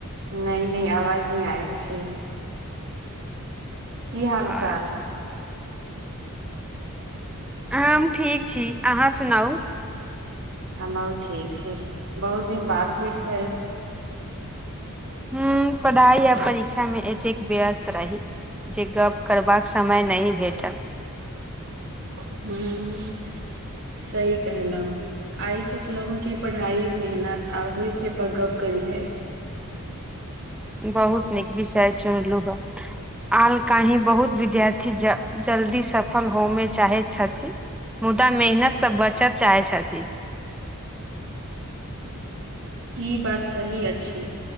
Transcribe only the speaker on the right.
नै नै आवाज नै आयत छै की
हाल चाल
हमहूँ ठीक छी बहुत दिन बाद भेट भेल
हूंम्म सही कहलौं आइ सोचलहुं की पढ़ाइ मेहनत आ होइ से पर गप्प कयल जाय
ई बात सही अछि